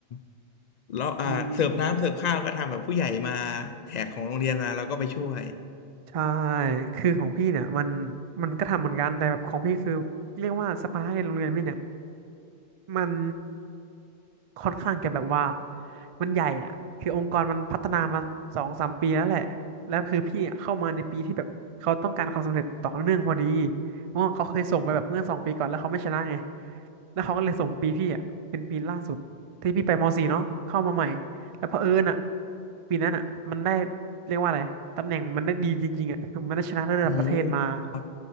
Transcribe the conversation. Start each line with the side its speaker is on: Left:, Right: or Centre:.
Left: ำแล้วอ่าเสิร์ฟน้ำเสิร์ฟข้าวก็ทำแบบผู้ใหญ่มา
Right: อืม
Left: แขกของโรงเรียนมาแล้วก็ไปช่วย
Right: ใช่ คือของพี่เนี่ยมันมันก็ทำเหมือนกัน แต่แบบของพี่คือเรียกว่าสปาให้โรงเรียนพี่เนี่ยมัน ค่อนข้างจะแบบว่ามันใหญ่อ่ะคือองค์กรมันพัฒนามาสองสามปีแล้วแหละแล้วคือพี่อะเข้ามาในปีที่แบบเขาต้องการความสำเร็จต่อเนื่องพอดีเพราะว่าเขาเคยส่งไปแบบเมื่อสองปีก่อนแล้วเขาไม่ชนะไงแล้วเขาก็เลยส่งปีพี่อ่ะเป็นปีล่าสุดที่พี่ไปม .4 เนาะเข้ามาใหม่แล้วเผอิญอ่ะปีนั้นอ่ะมันได้เรียกว่าอะไรตำแหน่งมันได้ดีจริงๆอ่ะคือมันได้ชนะระดับประเทศมา
Left: โอ้ครับ